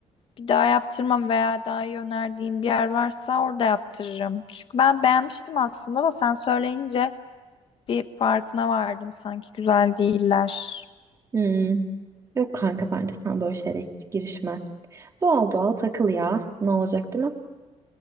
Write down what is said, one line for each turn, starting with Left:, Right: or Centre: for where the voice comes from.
Left: Bir daha yaptırmam veya daha iyi önerdiğim bir yer varsa orada yaptırırım. Çünkü ben beğenmiştim aslında da sen söyleyince bir farkına vardım. Sanki güzel değiller.
Right: Hmm. Yok kanka bence sen böyle şeylere hiç girişme. Doğal doğal takıl ya. Ne olacak değil mi?